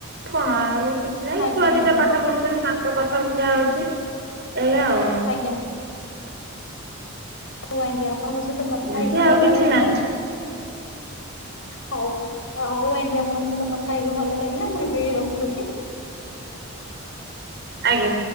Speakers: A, on the right; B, on the left.
A: କଣ ଆଉ କିଛି ନାହିଁ
B: ଆଜ୍ଞା
A: ଛୁଆ ଦିଟା
B: ଆଜ୍ଞା।
A: ପାଠ ପଢୁ ତାଙ୍କ କଥା ବୁଝା ହଉଚି ଏଇଆ ଆଉ।
B: ଆଜ୍ଞା। ହଉ ଆଜ୍ଞା, ଆପଣଙ୍କ ସହିତ
A: ଏମିତି
B: କଥା ହେଇକି
A: ଆଉ
B: ଭଲ
A: କିଛି
B: ଲାଗିଲା।
A: ନାହିଁ
B: ହଉ ହଉ ଆଜ୍ଞା ଆପଣଙ୍କ ସହିତ କଥା ହେଇକି ଭଲ ଲା ଗିଲା, ମୁଁ ଏବେ ରଖୁଚି।
A: ଆଜ୍ଞା।